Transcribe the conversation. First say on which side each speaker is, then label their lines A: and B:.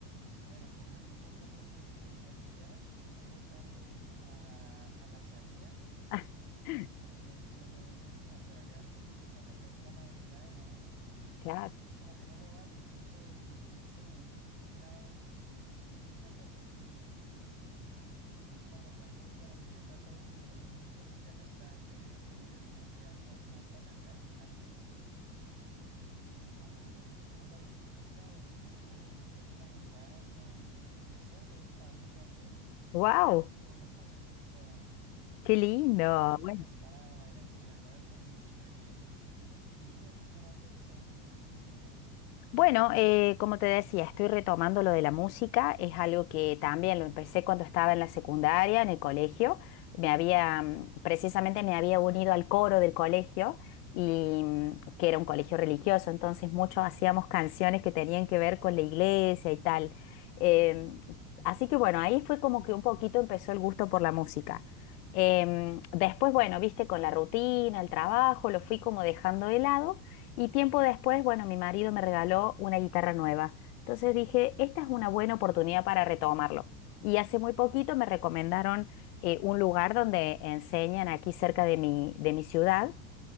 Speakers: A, on the right; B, on the left.
A: bueno, <laughs> por un poco mi irresponsabilidad, sí llego tarde a, a las salidas.
B: <laughs>
A: Entonces sí me toca ir solo a pedalear porque pues para perder la madrugada no,
B: Claro.
A: <laughs> como que no lo vale. Entonces sí, una vez sí me pasó que llegué como faltando, bueno, llegué pasados cinco minutos y ya no estaban. Y yo digo, bueno, Dios mío, ¿qué hago? ¿Me me voy para la casa y me acuesto? O cojo la bicicleta o- y subo. Fue pura montaña y llegué solo a un lugar lejos,
B: ¡Wow!
A: pero muy bonito. O sea,
B: Qué lindo.
A: conocí una
B: Bueno,
A: cascada y así, la verdad, todo muy chévere ¿Y a ti qué más te gusta hacer? Así dime.
B: Bueno, eh, como te decía, estoy retomando lo de la música. Es algo que también lo empecé cuando estaba en la secundaria, en el colegio. Me había, mm, precisamente me había unido al coro del colegio y mm, que era un colegio religioso, entonces muchos hacíamos canciones que tenían que ver con la iglesia y tal. Em, así que bueno, ahí fue como que un poquito empezó el gusto por la música. Em, después, bueno, viste, con la rutina, el trabajo, lo fui como dejando de lado. Y tiempo después, bueno, mi marido me regaló una guitarra nueva. Entonces dije, esta es una buena oportunidad para retomarlo. Y hace muy poquito me recomendaron eh, un lugar donde enseñan aquí cerca de mi, de mi ciudad.